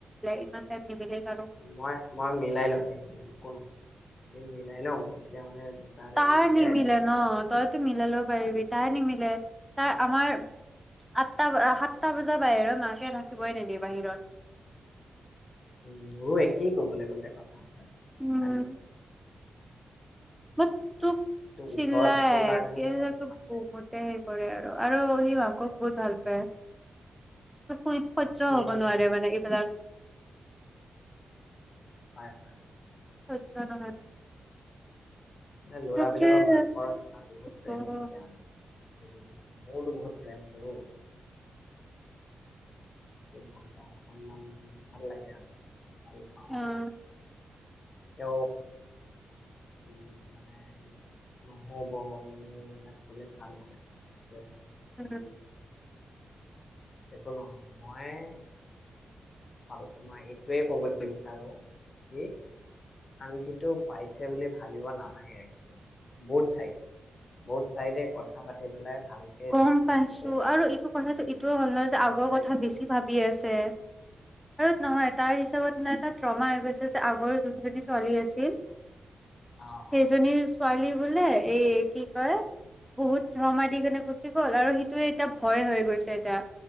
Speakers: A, in the centre; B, on the left.
A: ইমান টাইম নিমিলে কাৰো।
B: মই-মই, মিলাই লম একদিন একো নহয়। মিলাই লম। যেতিয়া মানে দুটাৰে
A: তাই
B: মিলে
A: নিমিলে
B: তেতিয়া
A: ন তইতো মিল লও পাৰিবি
B: হয়
A: তাই নিমিলে। তাৰ আমাৰ আঠটা, সাতটা বজাৰ বাহিৰত মাকে থাকিবই নিদিয়ে বাহিৰত।
B: উম', মোৰো একেই কবলৈ গ'লে কথা।
A: উম',
B: হয়নে নহয়
A: <unintelligible>
B: টো
A: আৰু
B: ওচৰত থাকো কাৰণেহে
A: সি,
B: মানে
A: মাকক বহুত ভাল পায়।
B: সেইটোতো মইও
A: <unintelligible>
B: ভাল হয়-হয়।
A: <unintelligible>
B: মানে ল'ৰা-বিলাকৰ
A: তাকে
B: মাকৰ এটা বহুত প্ৰেম
A: অ', অ',
B: থাকে আমি। ময়তো বহুত প্ৰেম কৰো। বহুত ভাল পাওঁ, অকনমান ভাল লাগে আৰু, ভাল পাওঁ
A: উম,
B: আৰু। তেওঁ, উম', -মানে নহব ন ', এইবিলাক কলে ভাল নালাগে সেইটোয়ে আৰু,
A: উম,
B: <unintelligible> একো নহয়। মই চা, '-মই এইটোৱে কবলৈ বিচাৰো কি? আৰু যিটো, পাইছে বুলি ভাবিব নালাগে এক্সুৱেলি বথ চাইড, বথ চাইডে কথা পাতি পেলাই, ভালকে
A: গ'ম
B: বস্তুটো
A: পাইছো আৰু এইটো কথাটো ইটোয় হ'ল- নহয় যে, আগৰ
B: বিচাৰি
A: কথা,
B: পাব
A: বেছি
B: লাগে
A: ভাবি আছে? আৰু নহয় তাইৰ হিচাপতে এটা ট্ৰমা হৈ গৈছে যে, আগৰ যোনজনী ছোৱালী আছিল,
B: অ
A: সেইজনীৰ
B: অ
A: ছোৱালী, - বোলে এই ', কি কয় বহুত ধৰ্মা দি কেনে, গুচি গ'ল আৰু সেইটোৱে এতিয়া ভয় হৈ গৈছে এতিয়া।